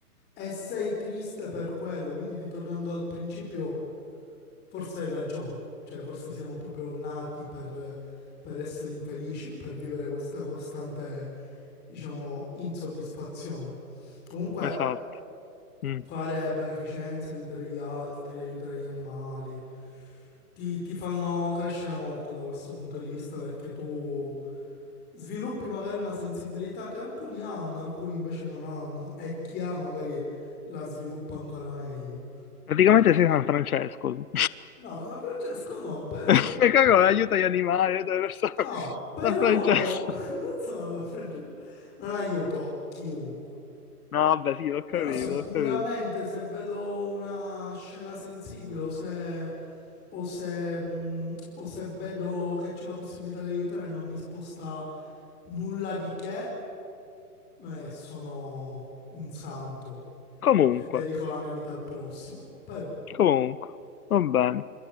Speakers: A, on the left; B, on the left.
A: e sei triste per quello. Quindi, ritornando al principio, forse hai ragione. Cioè, forse siamo proprio nati per, per essere infelici e per vivere questa costante, diciamo, insoddisfazione. Comunque.
B: Esatto. Mm.
A: Fare beneficenza, aiutare gli altri, aiutare gli animali, ti, ti fanno crescere molto da questo punto di vista perché tu sviluppi magari una sensibilità che alcuni hanno, alcuni invece non hanno e chi ha magari la sviluppa ancora meglio.
B: Praticamente sei San Francesco.
A: No, da Francesco no, però,
B: <laughs> E Coco
A: però-
B: aiuta gli animali, aiuta le persone.
A: no, però,
B: San Francesco.
A: <laughs> non so, da Francesco, non aiuto chiunque.
B: No, vabbè, sì, l'ho capito,
A: Però sicuramente
B: l'ho capito.
A: se vedo una scena sensibile o se, o se, mh, o se vedo che c'è la possibilità di aiutare e non mi sposta nulla di che, eh, sono un santo.
B: Comunque,
A: Cioè, dedico la mia vita al prossimo. Però,
B: comunque, va bene.